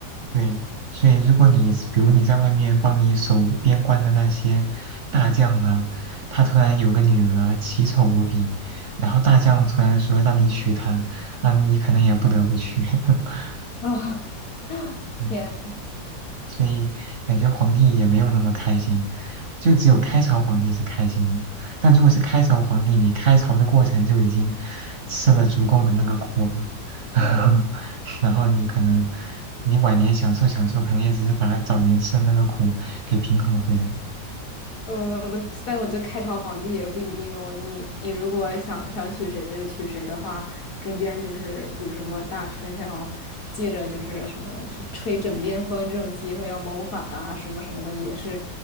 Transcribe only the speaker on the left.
啊，
天。
呃，但我觉得开朝皇帝也不一定哦。你你如果想想娶谁就娶谁的话，中间就是有什么大臣想要借着就是什么这吹枕边风这种机会要谋反啊什么什么的，也是